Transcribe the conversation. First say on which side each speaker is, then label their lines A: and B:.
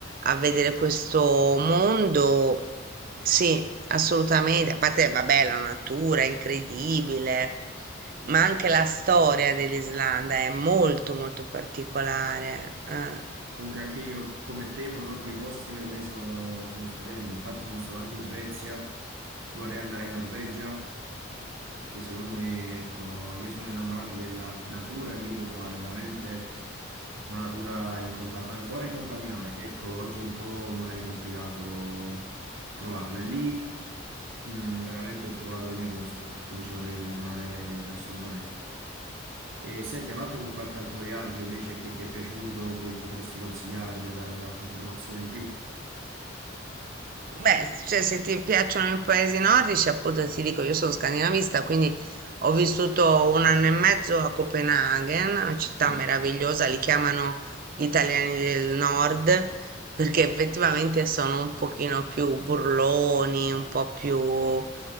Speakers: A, on the right; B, on the right.
A: a vedere questo mondo. Sì, assolutamente. A parte, vabbè, la natura è incredibile, ma anche la storia dell'Islanda è molto molto particolare. eh.
B: Comunque anche io, come te, proprio quei posti per me sono, sono stupendi. Infatti sono stato anche in Svezia, vorrei andare in Norvegia, perché secondo me, ecco, io sono innamorato della natura e lì puoi trovare veramente una natura incontam- ancora incontaminata, che ecco, oggi è un po' magari complicato trovarla. E lì Mm, veramente ho trovato il mio posto, quindi ci vorrei ritornare assolutamente. E senti, hai fatto qualche altro viaggio invece che ti è piaciuto, che potresti consigliarmi o darmi qualche informazione in più?
A: Beh, s- cioè, se ti piacciono i paesi nordici, appunto ti dico, io sono scandinavista, quindi ho vissuto un anno e mezzo a Copenaghen, una città
B: Ah,
A: meravigliosa, li chiamano gli italiani del nord, perché effettivamente sono un pochino più burloni, un po' più,